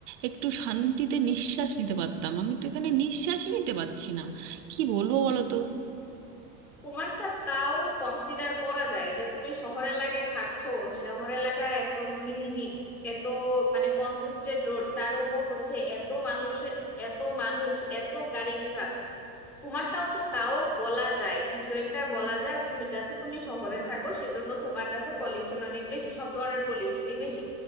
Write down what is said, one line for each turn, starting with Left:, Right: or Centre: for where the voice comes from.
Right: একটু শান্তিতে নিঃশ্বাস নিতে পারতাম আমি তো এখানে নিঃশ্বাসই নিতে পারছি না কি বলবো বলো তো
Centre: তোমারটা তাও কনসিডার করা যায় যে তুমি শহর এলাকায় থাকছো শহর এলাকায় এত ঘিঞ্জি এত মানে কনজেস্টেড রোড তার উপর হচ্ছে এত মানুষ এত মানুষ এত গাড়ি ঘোড়া তোমারটাও তো তাও বলা যায় কিছু একটা বলা যায় আচ্ছা ঠিক আছে তুমি শহরে থাকো সেজন্য তোমার কাছে পলিউশন অনেক বেশি সব ধরনের পলিউশনই বেশি